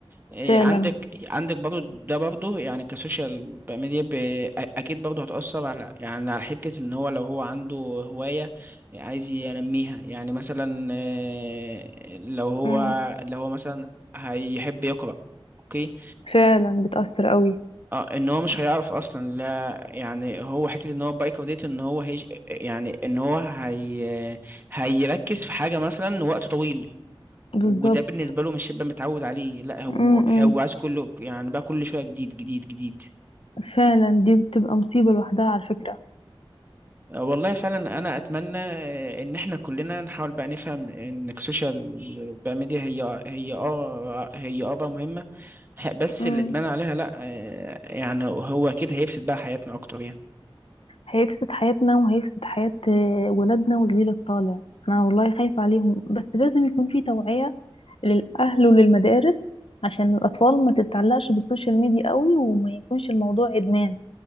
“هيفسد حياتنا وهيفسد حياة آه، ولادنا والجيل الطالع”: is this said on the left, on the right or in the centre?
Left